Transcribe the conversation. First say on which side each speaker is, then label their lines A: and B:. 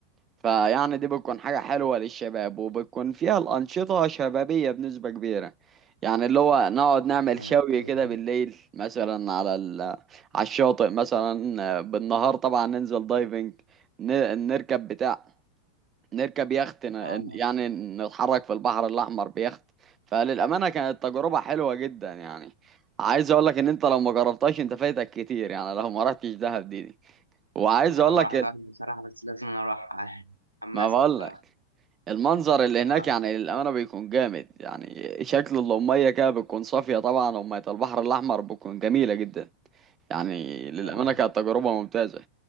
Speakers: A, on the right; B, on the right.
A: فيعني دي بتكون حاجة حلوة للشباب وبتكون فيها الأنشطة شبابية بنسبة كبيرة يعني اللي هو نقعد نعمل
B: ايوه
A: شوي
B: كويس
A: كده بالليل مثلا على ال... على الشاطئ مثلا بالنهار طبعا ننزل دايفنج ن- نركب بتاع نركب يخت ن-
B: اه
A: يعني نتحرك في البحر الأحمر بيخت فللأمانة كانت تجربة حلوة جدا يعني عايز أقول لك إن أنت لو ما جربتهاش أنت فايتك كتير يعني لو ما رحتش دهب دي, دي. وعايز
B: انا
A: أقول
B: ما
A: لك
B: رحتهاش
A: ال-
B: بصراحة بس لازم أنا اروح <laughs> حمست
A: ما بقول
B: بصراحة
A: لك المنظر اللي هناك
B: اه
A: يعني للأمانة بيكون جامد يعني شكل المية كده بتكون صافية طبعا ومية البحر الأحمر بتكون جميلة جدا يعني للأمانة
B: اه
A: كانت تجربة ممتازة